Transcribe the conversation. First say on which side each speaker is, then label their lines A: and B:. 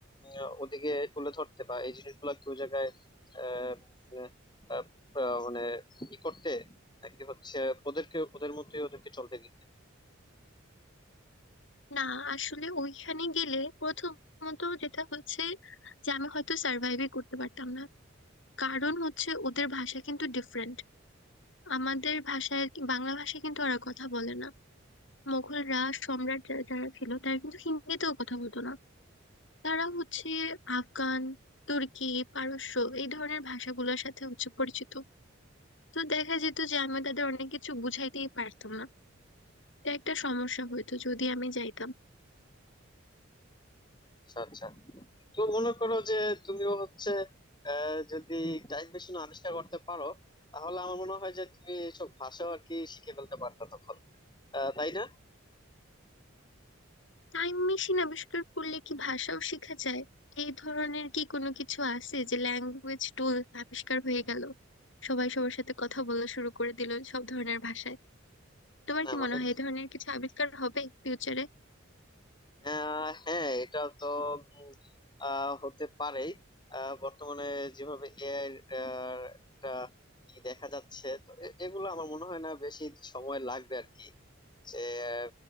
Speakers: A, on the left; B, on the left.
A: আহ ওদিকে তুলে ধরতে বা এই জিনিসগুলো কি ওই জায়গায় আহ, উম, আহ, আহ, মানে ই করতে নাকি হচ্ছে ওদেরকে ওদের মতোই ওদেরকে চলতে দিতে
B: না আসলে ওইখানে গেলে প্রথমত যেটা হচ্ছে যে আমি হয়তো সার্ভাইভই করতে পারতাম না কারণ হচ্ছে ওদের ভাষা কিন্তু ডিফারেন্ট আমাদের ভাষায় আর কি, বাংলা ভাষায় কিন্তু ওরা কথা বলে না মোগলরা সম্রাট যারা যারা ছিল তারা কিন্তু হিন্দিতেও কথা বলতো না তারা হচ্ছে আফগান তুর্কি পারস্য এই ধরনের ভাষাগুলোর সাথে হচ্ছে পরিচিত তো দেখা যেত যে আমি তাদের অনেক কিছু বুঝাইতেই পারতাম না এটা একটা সমস্যা হইতো যদি আমি যাইতাম
A: আচ্ছা আচ্ছা তো মনে করো যে তুমিও হচ্ছে আহ, যদি টাইম মেশিন আবিষ্কার করতে পারো তাহলে আমার মনে হয় যে তুমি এইসব ভাষাও আর কি শিখে ফেলতে পারতো তখন আহ, তাই না
B: টাইম মেশিন আবিষ্কার করলে কি ভাষাও শেখা যায় এই ধরনের কি কোনো কিছু আছে যে ল্যাঙ্গুয়েজ টুল আবিষ্কার হয়ে গেল সবাই সবার সাথে কথা বলা শুরু করে দিল সব ধরনের ভাষায় তোমার
A: না না
B: কি
A: মানে
B: মনে হয় এই ধরনের কিছু আবিষ্কার হবে ফিউচারে
A: আহ হ্যাঁ এটা তো উম, আহ, হতে পারেই আহ, বর্তমানে যেভাবে এআই একটা ই দেখা যাচ্ছে তো এ- এগুলো আমার মনে হয় না বেশি সময় লাগবে আর কি যে আহ,